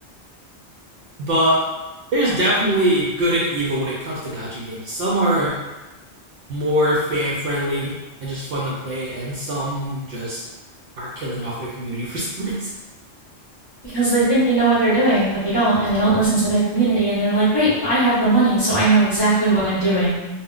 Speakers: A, on the right; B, on the left.
A: but there's definitely good and evil when it comes to gacha games. Some are more fan friendly and just fun to play, and some just are killing off their community <laughs> for some reason.
B: Because they think they know what they're doing, but they don't, and they don't listen to their community, and they're like, wait, but I have the money, so I know exactly what I'm doing.